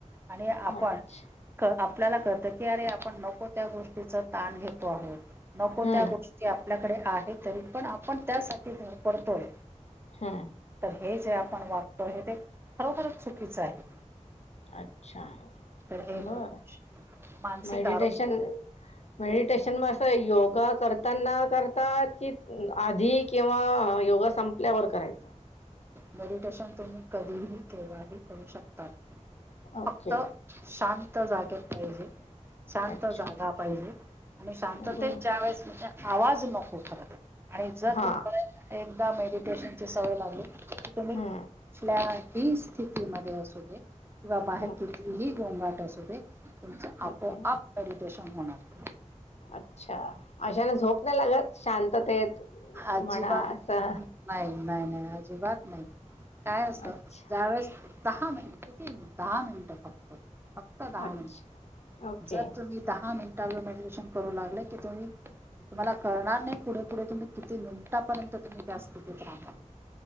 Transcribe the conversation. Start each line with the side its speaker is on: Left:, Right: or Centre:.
Right: आणि आपण
Left: अच्छ
Right: आपल्याला कळतं की अरे आपण नको त्या गोष्टीच ताण घेतो आहोत नको
Left: हं,
Right: त्या गोष्ट आपल्याकडे आहे तरी पण आपण त्यासाठी धरपडतोय.
Left: हा.
Right: तर हे जे आपण वागतो हे ते खरोखरच चुकीचं आहे.
Left: अच्छा
Right: तर हे
Left: बर
Right: मेडि मानसिक
Left: मेडिटेशन
Right: आरोग्य
Left: मेडिटेशन म असं योगा करताना करतात की आधी किंवा योगा संपल्यावर करायच.
Right: मेडिटेशन तुम्ही कधीही केव्हाही करू शकतात. फक्त
Left: ओके.
Right: शांत जागेत पाहिजे. शांत
Left: अच्छा.
Right: जागा पाहिली आणि शांततेत
Left: बरं.
Right: ज्या वेळेस म्हणजे आवाज नको करत आहे. आणि जर
Left: हां.
Right: तुम्हाला एकदा मेडिटेशनची सवय लागली तर तुम्ही
Left: हं.
Right: कल्या हि स्थितीमध्ये असू दे किंवा बाहेर
Left: ओके,
Right: किती ही गोघाट असू दे तुमच आपोआ
Left: ओके.
Right: मेडिटेशन होणार.
Left: अच्छा अशाने झोप नाही लागत शांततेत
Right: अजिबात
Left: म्हणा असं
Right: नाही नाही नाही, अजिबात नाही काय असं
Left: अच्छा,
Right: ज्यावेेळेस दहा मिनटती दहा मिनिट फक्त फक्त दहा
Left: अच्छा.
Right: Minute
Left: okay.
Right: जर तुम्ही दहा मिनिटांवर मेडिटेशन करू लागले की तुम्ही तुम्हाला कळणार नाही पुढे पुढे तुम्ही किती मिनिटापर्यंत तुम्ही त्या स्थितीत राहता?